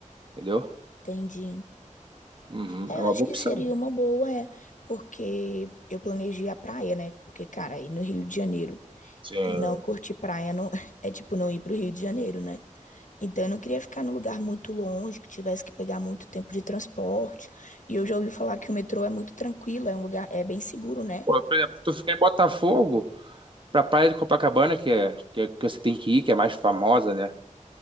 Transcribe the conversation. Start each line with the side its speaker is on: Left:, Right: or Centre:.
Right: entendeu?
Left: Entendi.
Right: Uhum,
Left: É,
Right: é uma
Left: acho
Right: boa
Left: que
Right: opção.
Left: seria uma boa, é, porque eu planejei a praia, né? Porque, cara, ir no Rio de Janeiro
Right: Sim.
Left: e não curtir praia não <laughs> é tipo não ir pro Rio de Janeiro, né? Então eu não queria ficar num lugar muito longe, que tivesse que pegar muito tempo de transporte. E eu já ouvi falar que o metrô é muito tranquilo, é um lugar, é bem seguro, né?
Right: Pô, por exemplo, tu ficar em Botafogo, pra Praia de Copacabana, que é, que é- que você tem que ir, que é mais famosa, né?